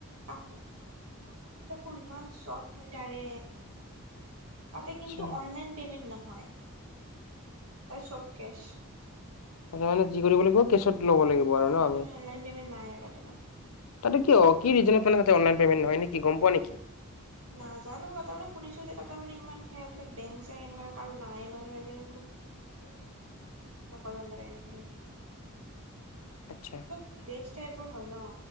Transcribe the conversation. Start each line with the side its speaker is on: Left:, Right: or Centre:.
Right: কাপোৰ কাপোৰ বিলাকো ইমান চফট হয় তাৰে, তাতে
Left: আচ্ছা
Right: কিন্তু অনলাইন পেমেন্ট নহয়। <unintelligible> আমি গৈছিলোঁ নহয়, তাতে চব কেচ
Left: তাতে মানে যি কৰিব লাগিব, কেচত ল'ব লাগিব আৰু
Right: অ
Left: ন আমি!
Right: অনলাইন পেমেণ্ট নাই আৰু তাতে মানে
Left: তাতে কিয়? কি ৰিজনত অনলাইন পেমেণ্ট নহয়, গম পোৱা নেকি?
Right: উম। নাজানো তাতে মানে শুনিছো যে তাতে মানে ইমান সেয়া বিলাক বেং, চেং এনেকুৱা কাৰো নাই ন' <unintelligible> একো ইউজ <unintelligible>
Left: আচ্ছা
Right: অলপ ভিলেজ টাইপৰ হয় ন'